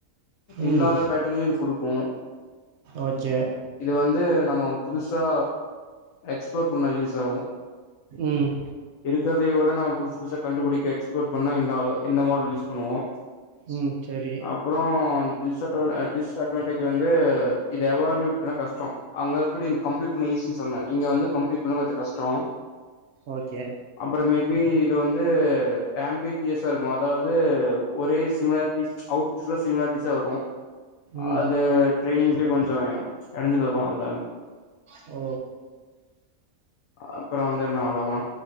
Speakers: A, on the left; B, on the right.
A: இல்லாத
B: ம்
A: பேட்டனையு இது குடுக்கு
B: ஓகே
A: இது வந்து நம்ம புதுசா எக்ஸ்ப்ளோர் பண்ண யூஸ் ஆகு
B: ம்
A: இருக்கறதை விட நம்ம புதுசு புதுசா கண்டுபுடிக்க எக்ஸ்ப்ளோர் பண்ண இந்த இந்த மாடல் யூஸ் பண்ணுவோ
B: ம் சேரி
A: அப்றோ டிஸ் அட் டிஸ்அட்வான்டேஜ் வந்து இது எவால்யூட் பண்ண கஷ்டோ அங்க எப்டி கம்ப்ளீட் ஈஸின் சொன்னே இங்க வந்து கம்ப்ளீட் பண்ண கொஞ்ச கஷ்டோ
B: ஓகே
A: அப்றோ மேபி இது வந்து ஆம்ப் ஃபேக் இயர்ஸா இருக்கு அதாவது ஒரே சிமிலாரிட்டிஸ் அவுட்புட்ல சிமிலாரிட்டிஸா வரு
B: ம்
A: அது ட்ரைனிங்க்கு கொஞ்சோ எடஞ்சல் வரும் அதுல
B: ஓ
A: அப்றோ வந்து என்ன அவ்ளோ தா